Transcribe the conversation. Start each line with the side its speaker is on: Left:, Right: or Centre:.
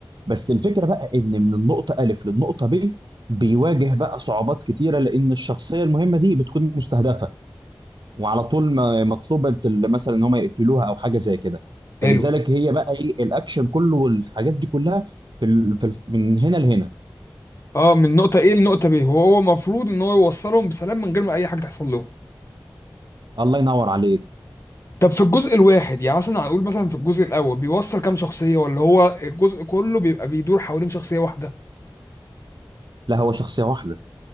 Right: بس الفكره بقى ان من النقطه الف للنقطه ب بيواجه بقى صعوبات كتيره لان الشخصيه المهمه دي بتكون مستهدفه وعلى طول ما- مطلوبه ال- مثلا ان هم يقتلوها او حاجه زي كده
Left: حلو
Right: فلذلك هي بقى ايه الاكشن كله والحاجات دي كلها في ال... في ال... من هنا لهنا
Left: اه من نقطة A لنقطة B وهو المفروض ان هو يوصلهم بسلام من غير ما اي حاجة تحصل له
Right: الله ينور عليك
Left: طب في الجزء الواحد يعني مثلا هنقول مثلا في الجزء الاول بيوصل كام شخصية ولا هو الجزء كله بيبقى بيدور حوالين شخصية واحدة
Right: لا هو شخصيه واحده